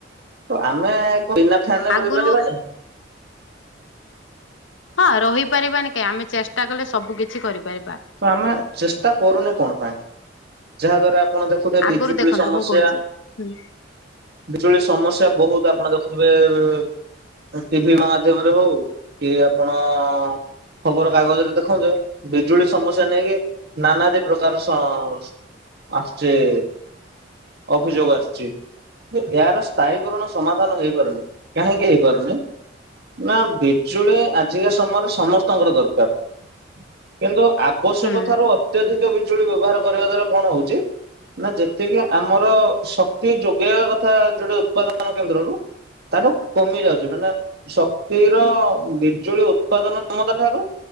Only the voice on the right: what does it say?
ତ ଆମେ କଁ ବିନା ଫ୍ୟାନରେ
ରହିପାରିବାନି।
ତ ଆମେ ଚେଷ୍ଟା କରୁନେ କଣ ପାଇଁ ଯାହା ଦ୍ଵାରା ଆପଣ ଦେଖ୍ ବୋଧେ
ବିଜୁଳି
ସମସ୍ୟା
ବିଜୁଳି ସମସ୍ୟା ବୋହୁତ ଆପଣ ଦେଖୁଥୁବେ ଏ ଏ ଟିଭି ମାଧ୍ୟମରେ ହୋଉ କି ଆପଣ ଖବର କାଗଜରେ ଦେଖନ୍ତୁ ବିଜୁଳି ସମସ୍ୟା ନେଇକି ନାନାଦି ପ୍ରକାର ସ ଆସଚି ଅଭିଯୋଗ ଆସଚି। ଯେ ୟାର ସ୍ଥାୟୀକରଣ ସମାଧାନ ହେଇପାରୁନି କାହିଁକି ହେଇପାରୁନି ନା ବିଜୁଳି ଆଜିକା ସମୟରେ ସମସ୍ତଙ୍କର ଦରକାର କିନ୍ତୁ ଆବଶ୍ୟକଠାରୁ
ଅତ୍ୟଧିକ ବିଜୁଳି ବ୍ୟବହାର କରିବା ଦ୍ଵାରା କଣ ହୋଉଚି ନା ଯେତିକି ଆମର ଶକ୍ତି ଯୋଗେଇବା କଥା ଯୋଉଟାକି ଉତ୍ପାଦନ କେନ୍ଦ୍ରରୁ ତାଠୁ କମି ଯାଉଚି ମାନେ ଶକ୍ତିର ବିଜୁଳି ଉତ୍ପାଦନ କ୍ଷମତା ଠାରୁ